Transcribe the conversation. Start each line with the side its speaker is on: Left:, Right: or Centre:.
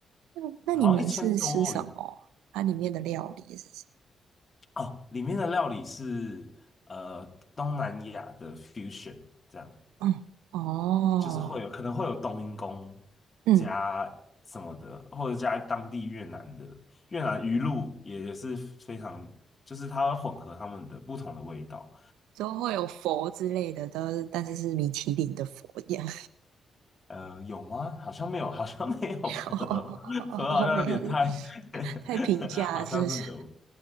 Right: 那那你们是吃什么？
Left: 好像一千多而已
Right: 它里面的料理是什
Left: 哦，里面的料理是呃东南亚的 fusion 这样。
Right: 么？嗯，哦，
Left: 就是会有可能会有冬阴功
Right: 嗯，
Left: 加什么的，或者加当地越南的越南鱼露也是非常，就是它会混合它们的不同的味道。
Right: 都会有佛之类的，都是但是是米其林的佛一样。
Left: 呃，有吗？好像没有，好像没有河，
Right: <laughs> 哦哦哦哦哦，
Left: <laughs> 河好像有点太
Right: 哦没有，是太平价了，
Left: <laughs>，好像是没有。
Right: 是不是？